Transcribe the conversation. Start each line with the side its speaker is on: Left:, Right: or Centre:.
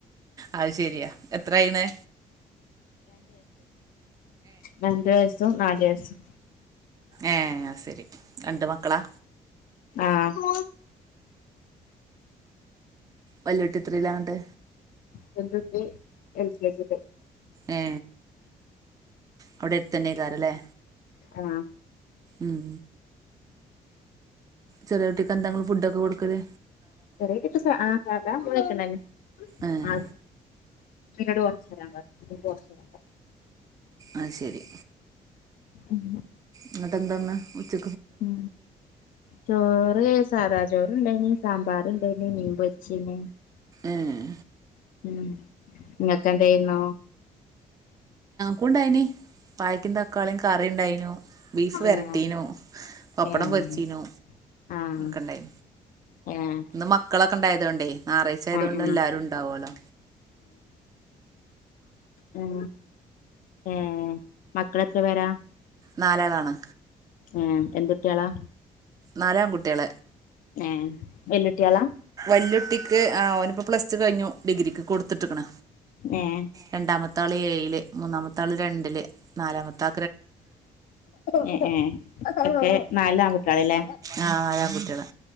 Right: അത് ശെരിയാ എത്രായിണ്
Left: രണ്ടു വയസ്സും നാല് വയസ്സും
Right: ഏ അത് ശരി രണ്ട് മക്കളാ
Left: ആഹ്
Right: വെല്ലുട്ടി എത്രയിലാവണ്ട്
Left: വെല്യൂട്ടി എൽകെജി യിൽ
Right: ഏ അവിടെ അടുത്തന്നേക്കാറല്ലേ
Left: ആഹ
Right: ഉം ചെിലവട്ടിക്ക്െ എന്തെങ്കും ഫുഡ്ൊക്കെ കൊടുക്കത്
Left: ചറ ഇപ്പ ആ സ മോിക്കണ്ടന്നെ
Right: ഏഹ്
Left: ആ ട് വച്ചരാ വ വച്ചരാ
Right: അ ശരി
Left: ഉം
Right: എന്നിട്ട എന്താന്ന് ഉച്ച
Left: ഉ ചോറ് സാധാ ചോറ്ുണ്ടായിന സാമ്പാർ അ എന്ത നീൻ വച്ചനെ
Right: ഏഹ്
Left: ഉ നിങ്ങക്ക് എന്ത ചെയ്യുന്ന
Right: കൊണ്ടായിനി പായക്കിന്റെ തക്കാളിയും കറി ഉണ്ടായിനു ബീഫ് വരട്ടീനോ
Left: ഏഹ്
Right: പപ്പടം
Left: ഏഹ്
Right: പൊരച്ചീനു
Left: ആഹ്
Right: ക്കെണ്ടായി
Left: ഏഹ്
Right: മക്കളൊക്കെ കക്കണ്ടായതുകൊണ്ടേ ായറാഴ്ച ആയതൊണ്ട്
Left: ആഹ് ആഹ്
Right: എല്ലാരും ഉണ്ടാവല്ലോ
Left: ആ ഏർ മക്കളെത്ര പേരാ
Right: നാലാളാണ്
Left: ആഏ എന്തൊക്കെയാളാ
Right: നാലാം കുട്ടികള
Left: ഏ വെല്ലുട്ടിയ ആള
Right: വല്ലുട്ടിക്ക് ആ ഓനിപ്പൊ പ്ലസ് ടു കയിഞ്ഞു ഡിഗ്രിക്ക് കൊടുത്തിട്ട്ണ്ട്
Left: ഏഹ്
Right: രണ്ടാമത്ത ആള് ഏഴില് മൂന്നാമത്താള് രണ്ടില് നാലാമത്താ
Left: ഉം ഉം അപ്പേ നാലില് ആവ് ലല്ലേ
Right: ആഹ് നാലാൺകുട്ടികള്